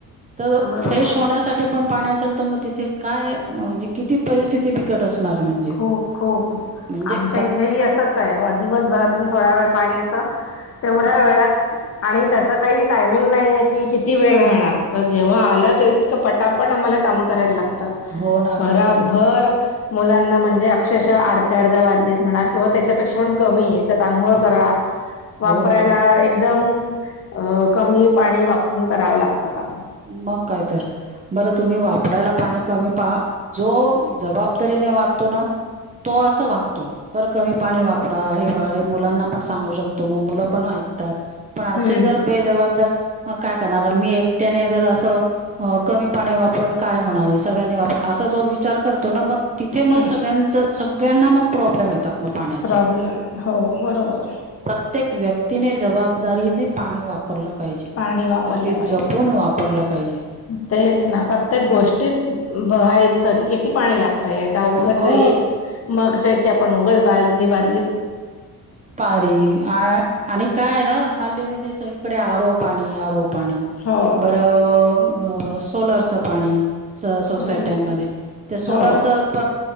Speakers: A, on the right; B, on the left.
A: तर
B: बरोबर
A: फ्रेश होण्यासाठी पण पाणी असेल तर मग तिथे काय म्हणजे किती परिस्थिती बिकट असणार आहे म्हणजे
B: खूप खूप
A: म्हणजे
B: आमच्या
A: प्रत-
B: इथही असंच आहे दिवसभरातून थोड वेळ पाणी येत तेवढ्या
A: बर.
B: वेळात आणि त्याच काही टायमिंग नाहीय की किती वेळ राहणार तर जेव्हा आलं तर इतकं पटापट आ मला काम करायला लागतात
A: हो ना
B: भराभर
A: खरंच आहे
B: मुलांना म्हणजे अक्षरशः अडध्या अडध्या वाजलीत म्हणा किंवा त्याच्यापेक्षा पण कमी याच्यात आांघोळ करा वापरायला
A: हो
B: एकदम अ कमी पाणी वापरून करावं लागतं काम
A: मग काय तर बर तुम्ही वापरायला पाणी कमी पाहा जो जबाबदारीने वागतो ना तो असं वागतो बरं कमी पाणी वापरा हे मुलांना पण सांगू शकतो मग मुलं पण ऐकतात पण असे
B: हम्म
A: जर बेजबाबदार काय करणार मी एक त्याने जर असं कमी पाणी वापरून काय होणार आहे सगळ्यांनी वापर असा जो विचार करतो ना म तिथे मग
B: हम्म
A: सगळ्यांच सगळ्यांना मग प्रोब्लेम येतात मग पाण्याचे
B: प्रॉब्लेम हो बरोबर
A: प्रत्येक व्यक्तीने जबाबदारीने पाणी वापरलं पाहिजे
B: पाणी वापरलं
A: अगदी
B: पाहिजे
A: जपून वापरलं पाहिजे
B: तेच ना प्रत्येक गोष्टी <inaudible> बघाय किती पाणी लागतय उघच
A: हो
B: एक मागची आपण उघ बाजली बा
A: पारी अ आणि काय ना हल्ली म्हणजे स इकडे आरो पाणी आरो पाणी
B: हो
A: बरं सोलरचं पाणी सोसायट्यांमध्ये
B: हम्म,
A: ते सोलरचा
B: हो
A: <inaudible>